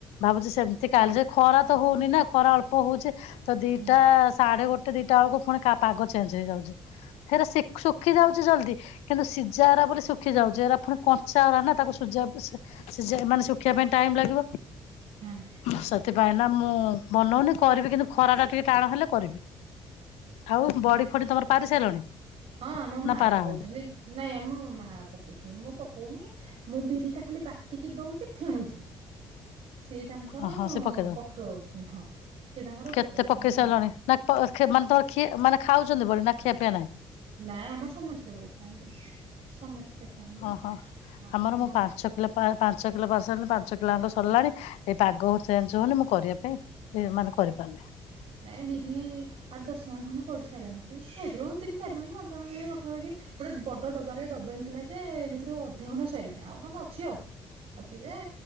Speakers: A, on the left; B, on the right.
A: ଭାବୁଛି ସେମତି କାଲି ଯେ ଖରା ତ ହଉନି ନା ଖରା ଅଳ୍ପ ହଉଛି। ତ ଦିଟା
B: ହୁଁ
A: ସାଢେ ଗୋଟେ ଦିଟା ବେଳକୁ ପୁଣି ପାଗ ଚେଞ୍ଜ ହେଇଯାଉଛି ଫେର୍ ସି ଶୁଖି ଯାଉଛି ଜଲ୍ଦି କିନ୍ତୁ ସିଝା ଗୁରା ବୋଲି ଶୁଖି ଯାଉଛି ଏରା ପୁଣି କଞ୍ଚା ଗୁରା ନା ତାକୁ ସିଝାକୁ ସିଝେଇ ମାନେ ଶୁଖିବା ପାଇଁ ଟାଇମ ଲାଗିବ।
B: ହଁ।
A: ସେଥିପାଇଁ ନା ମୁଁ ବନଉନି କରିବି କିନ୍ତୁ ଖରା ଟା ଟିକେ ଟାଣ ହେଲେ କରିବି। ଆଉ ବଡି
B: ଓହୋ
A: ଫଡି ତମର ପାରି ସାରିଲଣି
B: ହଁ ଆମ ମା
A: ନା ପାରା
B: ପକଉଛନ୍ତି।
A: ହଉନି
B: ନାଇଁ ମୋ ମା ପକଉଛନ୍ତି ମୁଁ ପକଉନି ମୁଁ ବିରି ଟା ଖାଲି ବାଟିକି ଦଉଛି ଫେଣୁଛି। ସିଏ ତାଙ୍କର
A: ଓହୋ ସେ ପକେଇଦବ।
B: ପୋକଉଛି ହଁ ସିଏ ତାଙ୍କର
A: କେତେ
B: ପୋକଛନ୍ତି
A: ପକେଇ
B: ମୁଁ
A: ସାରିଲଣି
B: ଗଲେ
A: ନା ତ ମାନେ ତୋର ଖିଏ ମାନେ ଖାଉଛନ୍ତି ବୋଲି ନା ଖିଆ ପିଆ ନାଇଁ।
B: ନା ଆମ ସମସ୍ତେ ବଢି ଖାଆନ୍ତି ସମସ୍ତେ ଖାଆନ୍ତି
A: ହଁ ହଁ।
B: ଆମ
A: ଆମର ମୁଁ ପାଞ୍ଚ ପାଞ୍ଚ କିଲୋ ପସାରିଲି ପାଞ୍ଚ କିଲୋ ଆଙ୍କ ସରିଲାଣି ଏଇ ପାଗ ହ ଚେଞ୍ଜ ହଉନି ମୁଁ କରିବା ପାଇଁ ହେ ମାନେ କରିପାରୁନି।
B: ନାଇଁ ବିରି ଆଠ ଦଶ ଗଅଣି ଖଣ୍ଡେ ପଡି ସାରିଲାଣି ସେଥିରୁ ତିନ ଚାରି ଗଣି ପାଞ୍ଚ ଗଣି ଭଳିଆ ପାଖାପାଖି ଗୋଟେ ବଡ ଡବାରେ ଡବା ହେଇଥିଲା ଯେ ସେଥିରୁ ଅଧେ ଖଣ୍ଡେ ସଇଲାଣି ଆଉ କଣ ଅଛି ଆଉ। ଅଛି ଯେ